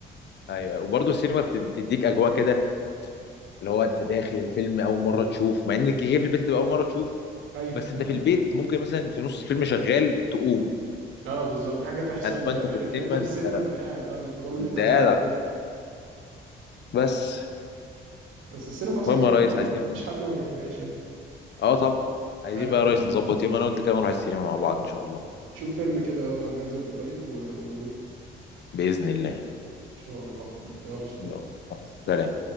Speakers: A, on the left (about 60°); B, on the right (about 80°).
A: ايوه وبرضه السينما بت- بتديك اجواء كده اللي هو انت داخل الفيلم اول مره تشوف مع ان كده كده في البيت هتبقى اول مره تشوف
B: ايوه
A: بس انت
B: <laughs>
A: في البيت ممكن مثلا في نص فيلم شغال تقوم
B: اه بالظبط حاجه تحصل
A: انما
B: مش
A: انت
B: عارف
A: في
B: ايه لكن
A: السينما
B: انت في
A: انت
B: السينما انت قاعد اه انت ضامن
A: انت
B: ان انت هتتفرج
A: قاعد
B: على
A: على
B: الفيلم
A: الكو- بس
B: بس السينما اصلا
A: المهم
B: كده كده
A: يا ريس
B: ما
A: عايزين
B: ما فيش حد ما بيحبهاش يعني
A: اه طبعا عايزين
B: ايوه
A: بقى يا ريس نظبط يوم انا وانت كده نروح السينما مع بعض ان شاء الله
B: شوف فيلم كده اه نازل قريب و- ونروح
A: باذن الله
B: ان شاء الله يلا
A: يلا
B: سلام
A: سلام